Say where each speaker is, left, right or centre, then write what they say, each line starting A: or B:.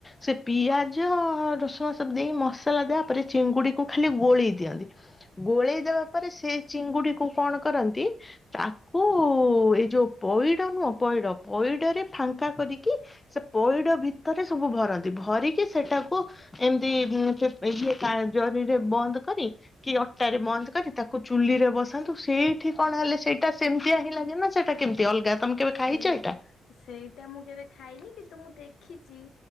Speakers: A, on the left; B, on the left.
A: ସେ ପିଆଜ ରସୁଣ ସବୁ ଦେଇ ମସଲା ଦେବା ପରେ ଚିଙ୍ଗୁଡିକୁ ଖାଲି ଗୋଳେଇ ଦିଅନ୍ତି, ଗୋଳେଇ ଦେବା ପରେ ସେ ଚିଙ୍ଗୁଡିକୁ କଣ କରନ୍ତି ତାକୁ ଏଇ ଯୋଉ ପଇଡ ନୁହଁ, ପଇଡ, ପଇଡରେ ଫାଙ୍କା କରିକି ସେ ପଇଡ ଭିତରେ ସବୁ ଭରନ୍ତି, ଭରିକି ସେଟାକୁ ଏମିତି ସେଇ ଇଏ ଜରିରେ ବନ୍ଦ କରି କି ଅଟାରେ ବନ୍ଦ କରି, ତାକୁ ଚୁଲି ରେ ବସାନ୍ତୁ, ସେଇଠି କଣ ହେଲେ ସେଇଟା ସେମିତିଆ ହିଁ ଲାଗେ ନା ସେ ତା କେମିତି ଅଲଗା, ତମେ କେବେ ଖାଇଛ
B: ସେଇ,
A: ଏଇଟା?
B: ସେଇଟା ମୁଁ କେବେ ଖାଇନି କିନ୍ତୁ ମୁଁ ଦେଖିଚି।